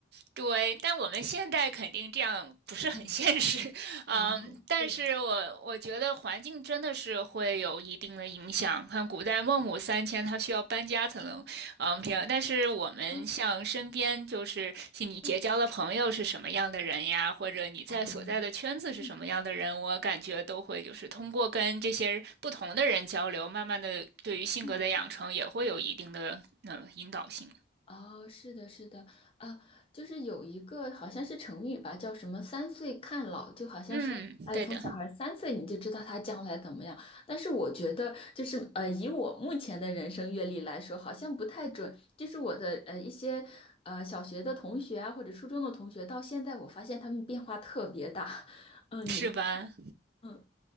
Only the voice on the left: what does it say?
嗯，
哦，
对，
嗯嗯，
哦，嗯
嗯。哦，是的，是的，啊，就是有一个好像是成语吧，叫什么“三岁看老”，就好像说，
哎，
从小孩三岁你就知道他将来怎么样。但是我觉得，就是呃，以我目前的人生阅历来说，好像不太准。就是我的呃一些呃小学的同学啊，或者初中的同学，到现在我发现他们变化特别大。<laughs> 嗯、
你，嗯